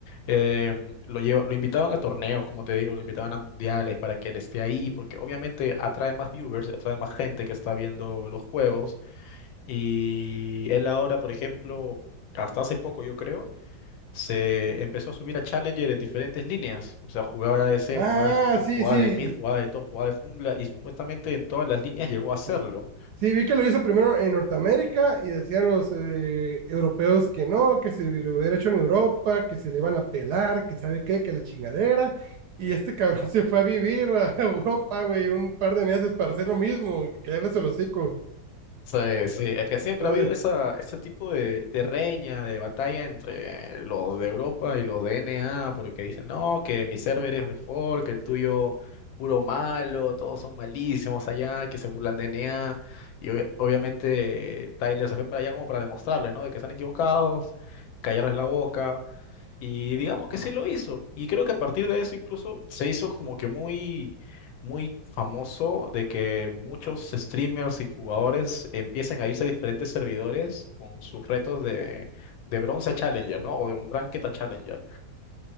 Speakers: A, on the left; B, on the right.
A: Em, lo lleva, lo invitaban a torneos, como te digo, lo invitaban a mundiales para que él esté ahí, porque obviamente atrae más viewers, atrae más gente que está viendo los juegos y él ahora, por ejemplo, hasta hace poco yo creo, se empezó a subir a Challenger en diferentes líneas. O sea, jugaba de A D C,
B: Ah,
A: jugaba de support,
B: sí,
A: jugaba
B: sí,
A: de mid,
B: sí.
A: jugaba de top, jugaba de jungla y supuestamente en todas las líneas llegó a hacerlo.
B: Sí, Sí, vi que lo hizo primero en Norteamérica y decían los eh, europeos que no, que se lo hubiera hecho en Europa, que se le iban a pelar, que sabe qué, que la chingadera. Y este cabrón <laughs> se fue a vivir a Europa, güey, un par de meses para hacer lo mismo y para quedarles el hocico.
A: Sí, sí, es que siempre
B: y todo.
A: ha habido esa, ese tipo de, de reña, de batalla entre los de Europa y los de N. A. porque dicen, no, que mi server es mejor, que el tuyo puro malo, todos son malísimos allá, que se burlan de N. A. y obvia- obviamente Tyler se fue para allá como para demostrarles, ¿no? De que están equivocados, callarles la boca, y digamos que sí lo hizo. Y creo que a partir de eso incluso se hizo como que muy, muy famoso de que muchos streamers y jugadores empiecen a irse a diferentes servidores con sus retos de, de bronce a Challenger, ¿no? O de un ranked a Challenger.